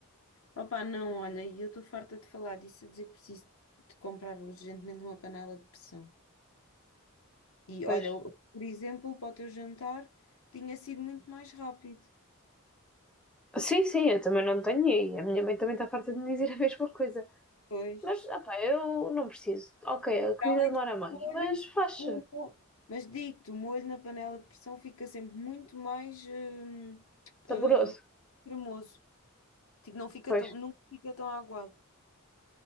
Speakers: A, on the left; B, in the centre.
A: Opa, não, olha, e eu estou farta de falar disso, a dizer que preciso de comprar urgentemente uma panela de pressão. E
B: Pois.
A: olha, eu- por exemplo, para o teu jantar tinha sido muito mais rápido.
B: Sim, sim, eu também não tenho e a minha mãe também está farta de me dizer a <laughs> mesma coisa.
A: Pois.
B: Mas, ah pá, eu não preciso. Ok, a comida
A: Para além
B: demora
A: de que
B: mais,
A: o molho,
B: mas faz-se.
A: o mo- mas digo-te, o molho na panela de pressão fica sempre muito mais hum,
B: Saboroso.
A: eh, cremoso. Tipo, não fica
B: Pois.
A: tão, nunca fica tão aguado.